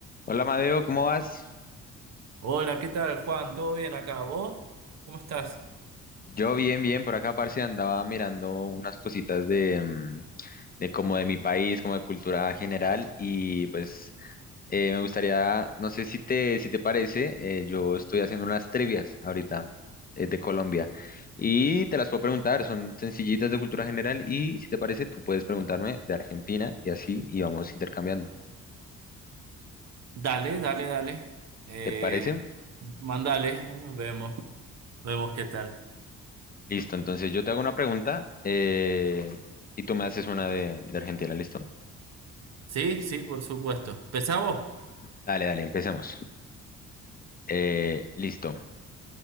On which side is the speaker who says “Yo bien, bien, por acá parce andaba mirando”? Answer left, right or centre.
Left